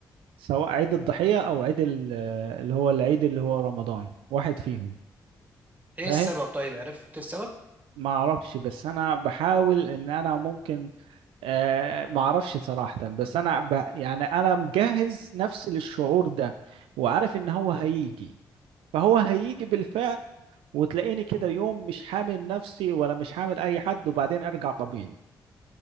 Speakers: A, on the right; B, on the right.
A: سواء عيد الضحية أو عيد ال... اللي هو العيد اللي هو رمضان واحد فيهم
B: ايه
A: فاهم
B: السبب طيب عرفت السبب
A: ما أعرفش بس أنا بحاول إن أنا ممكن آه ما أعرفش صراحة بس أنا ب... يعني أنا مجهز نفسي للشعور ده وعارف إن هو هيجي فهو هيجي بالفعل وتلاقيني كده يوم مش حامل نفسي ولا مش حامل أي حد وبعدين أرجع طبيعي